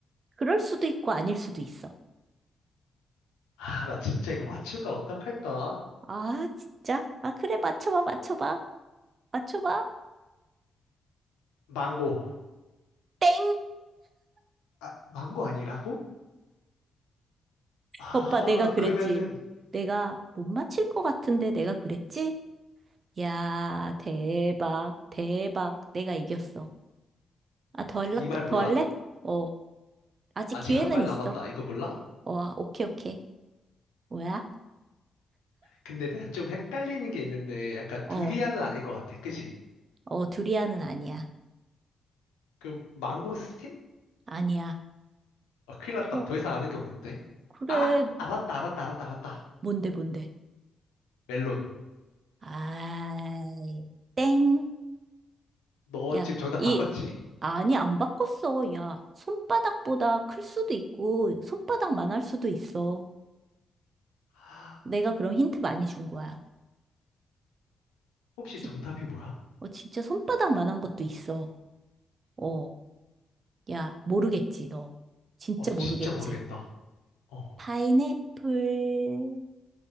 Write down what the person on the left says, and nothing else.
아, 나 진짜 이거 맞출까 어떡할까?
망고.
아, 망고 아니라고? 아하,
그러면은,
이 말 몰라?
아직
한 발
남았다. 이거 몰라?
근데 내가 좀 헷갈리는 게 있는데, 약간
두리안은 아닐 것 같아. 그지?
그럼 망고스틴?
아, 큰일 났다.
더 이상 아는 게 없는데.
아, 알았다, 알았다, 알았다, 알았다.
멜론.
너
지금 정답
바꿨지?
아,
혹시
정답이 뭐야?
어, 나
진짜 모르겠다. 어.